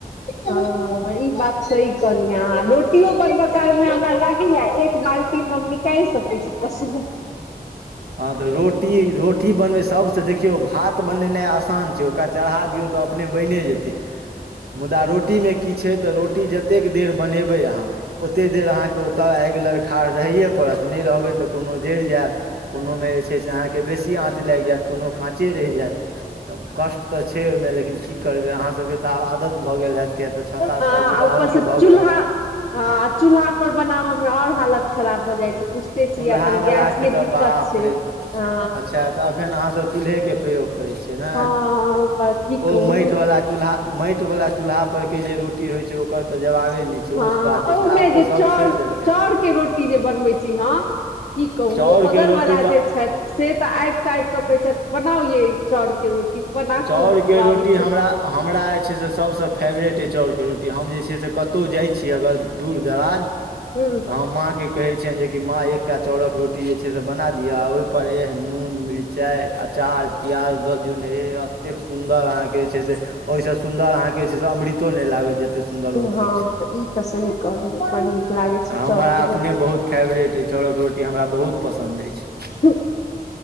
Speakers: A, on the left; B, on the right.
A: ह ई बात सही कहलिय अहा रोटियो बनब काल मे हमरा ल किया एक बाल्टी हम निकाइल सकै छी सु
B: हँ तऽ रोटी रोटी बनबै सब से देखियौ भात बनेनाइ आसान छै ओ ओकरा चढ़ा दियौ तऽ अपने बने जेतै मुदा रोटी मे की छै तऽ रोटी जतेक देर बनेबै अहाँ ओते देर अहाँत आगि लग ठार रहै परत नहि रहबै तऽ कोनो जरि जायत कोनो मे जे छै से अहाँ के बेसी आँच लागि जायत कोनो काँचे रहि जायत तऽ कष्ट तऽ छै ओहि मे लेकिन की करबै अहाँ सबके तऽ आब आदत भऽ गेल हैत किया तऽ छओ सात
A: हां
B: साल विवाहो
A: ऊपर से
B: के भऽ
A: चुल्हा
B: गेल
A: हां चुल्हा पर बनाव आओर हालत खराब भऽ जाइ छै बुझते छियै
B: चूल्हा
A: अखन
B: वाला
A: गैस
B: के तऽ
A: दिक्कत
B: बाप
A: छै
B: रे अच्छा
A: हँ
B: तऽ अखन अहाँ सब चूल्हे के प्रयोग करै छियै ने
A: हँ हँ की
B: ओ
A: कहू
B: माटि वला चूल्हा माटि वाला चूल्हा पर के जे रोटी होय छै ओकर तऽ जवाबे नहि छै
A: हँ
B: ओ स्वादिष्ट
A: ओहि मे
B: आब
A: जे
B: तऽ सब
A: चर
B: छोड़ि देलकै
A: चर के रोटी जे बनबै छी ह की कहू
B: चाउरके
A: ओ बगल
B: रोटी
A: वला
B: तऽ
A: जे छथि से तऽ आब कऽ आब कऽ कहै छथि बनाउ ये चाउर के रोटी बना
B: चाउर
A: कऽ हम खुआबै
B: के रोटी
A: छै
B: हमरा हमरा जे छै से सभ से फेवरेट अइ चाउर के रोटी हम जे छै से कतो कतहु जाइ छीय अगर दूर दराज तऽ
A: ह
B: हम माँ के कहै छियअनि जे कि माँ एकटा चाउरक रोटी जे छै से बना दिअ आ ओहि पर एह जे नून मिरचाइ आ चार प्याज दऽ दियौ नेे एतेक सुंन्दर अहाँ के जे छै से होइ से सुंन्दर अहाँ के जे छै से अमृतो नहि लागत जे
A: हँ ई तऽ सही कहलियै बड़ नीक लागै छै
B: हमारा
A: चाउर के
B: अपने
A: रोटी
B: बहुतो फ़ेब्ररेट अइ चाउर के रोटी हमरा बहुत पसन्द अछि
A: हँ